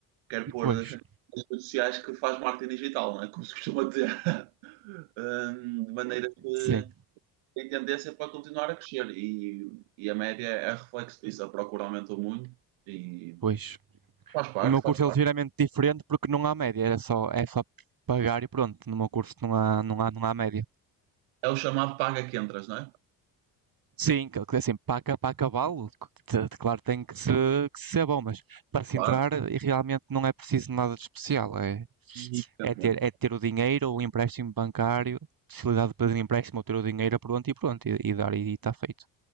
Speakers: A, on the right; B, on the right.
A: quer
B: E
A: pôr
B: depois
A: nas redes sociais que faz marketing digital, não é? Como se costuma dizer. <laughs> Hum, de maneira que
B: Sim.
A: tem tendência é para continuar a crescer e, e a média é reflexo disso. A procura aumentou muito e
B: Pois.
A: faz parte,
B: O meu
A: faz
B: curso
A: parte.
B: é ligeiramente diferente porque não há média, é só, é só pagar e pronto. No meu curso não há, não há, não há média.
A: É o chamado paga que entras, não é?
B: Sim, que- que assim, para, aca- para acabá-lo, c- t- claro, tem que, se, que ser bom, mas para se
A: Claro.
B: entrar eh, e realmente não é preciso nada de especial. É,
A: Exatamente.
B: é, ter, é ter o dinheiro, o empréstimo bancário, possibilidade de pedir empréstimo ou ter o dinheiro pronto e pronto, e, e dar e está feito.